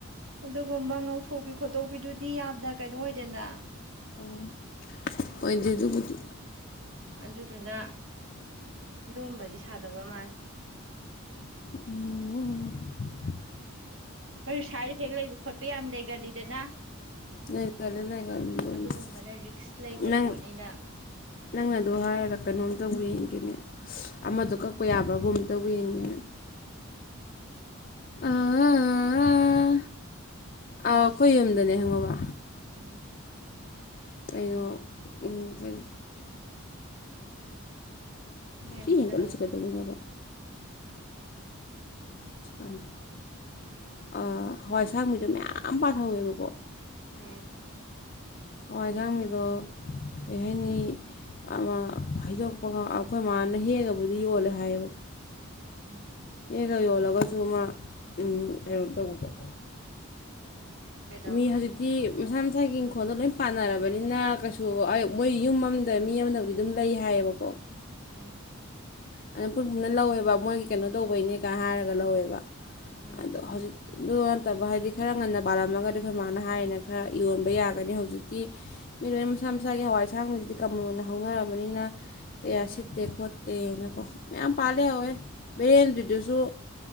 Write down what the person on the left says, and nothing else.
ꯎꯟ ꯑꯣꯏꯗꯤꯗꯨꯕꯨꯗꯤ
ꯎꯟ ꯎꯟ
ꯂꯩꯒꯟꯂꯤ ꯂꯩꯒꯅꯂꯤ ꯑꯦꯗꯨꯕꯨꯗꯤ
ꯅꯡ
ꯅꯪꯅ ꯑꯗꯣ ꯍꯥꯏꯔꯒ ꯀꯩꯅꯣꯝ ꯇꯧꯕꯨ ꯌꯦꯡꯒꯦꯅꯦ ꯑꯃꯗꯣ ꯀꯛꯄ ꯌꯥꯕ꯭ꯔꯥꯒꯨꯝ ꯑ ꯇꯧꯕ ꯌꯦꯡꯉꯤꯅꯦ ꯑꯥ ꯑꯥ ꯑꯥ ꯑꯥ
ꯑꯩꯈꯣꯏ ꯌꯨꯝꯗꯅꯦ ꯍꯪꯉꯕ
ꯀꯩꯅꯣ ꯎꯟ ꯀꯔꯤ
ꯆ
ꯍꯦꯟꯒꯠ
ꯂꯤꯁꯦ ꯀꯩꯗꯧ ꯕꯩꯅꯣꯕꯥ ꯁꯤ ꯄꯝꯗꯦ ꯑꯥ ꯍꯋꯥꯏꯁꯥꯡꯕꯦꯗꯣ ꯃꯌꯥꯝ ꯄꯥꯜꯍꯧꯋꯦꯕꯀꯣ
ꯍꯋꯥꯏ ꯑꯁꯥꯡꯕꯤꯗꯣ ꯀꯩ ꯍꯥꯏꯅꯤ ꯑꯃ ꯍꯩꯗꯣꯛꯄ ꯑꯩꯈꯣꯏ ꯃꯥꯅ ꯍꯦꯛꯑꯒꯕꯨꯗꯤ ꯌꯣꯜꯂꯦ ꯍꯥꯏꯌꯦꯕ
ꯍꯦꯛꯑꯒ ꯌꯣꯜꯂꯒꯁꯨ ꯃꯥ ꯎꯝ ꯀꯩꯅꯣ ꯇꯧꯕꯗꯣ
ꯃꯤ ꯍꯧꯖꯤꯛꯇꯤ ꯃꯁꯥ ꯃꯁꯥꯒꯤ ꯏꯪꯈꯣꯜꯗꯣ ꯂꯣꯏ ꯄꯥꯟꯅꯔꯕꯅꯤꯅ ꯀꯩꯁꯨ ꯑꯩ ꯃꯣꯏ ꯌꯨꯝ ꯑꯃꯗ ꯃꯤ ꯑꯃꯅꯕꯨ ꯑꯗꯨꯝ ꯂꯩ ꯍꯥꯏꯌꯦꯕꯀꯣ
ꯑꯗꯨ ꯑꯩꯈꯣꯏ ꯄꯨꯅ ꯂꯧꯋꯦꯕ ꯃꯣꯏꯒꯤ ꯀꯩꯅꯣ ꯇꯧꯕꯩꯅꯦꯀꯥꯏ ꯍꯥꯏꯔꯒ ꯂꯧꯋꯦꯕ
ꯇꯣ ꯍꯧꯖꯤꯡꯇꯤ ꯑꯗꯨ ꯅꯠꯇꯕ ꯍꯥꯏꯗꯤ ꯈꯔ ꯉꯟꯅ ꯄꯥꯜꯂꯝꯃꯒꯗꯤ ꯑꯩꯈꯣꯏ ꯃꯥꯅ ꯍꯥꯏꯔꯤꯅ ꯈꯔ ꯌꯣꯟꯕ ꯌꯥꯒꯅꯤ ꯍꯧꯖꯤꯛꯇꯤ ꯃꯤꯔꯣꯏꯅ ꯃꯁꯥ ꯃꯁꯥꯒꯤ ꯍꯋꯥꯏ ꯑꯁꯥꯡꯕꯁꯤꯗꯤ ꯀꯃꯟ ꯑꯣꯏꯅ ꯍꯧꯅꯔꯕꯅꯤꯅ ꯀꯌꯥ
ꯁꯤꯠꯇꯦ ꯈꯣꯠꯇꯦꯅ ꯑꯣ ꯃꯌꯥꯝ ꯄꯥꯜ ꯂꯩꯍꯧꯔꯦ ꯕꯦꯔꯦꯟꯗ꯭ꯔꯤꯗꯨꯁꯨ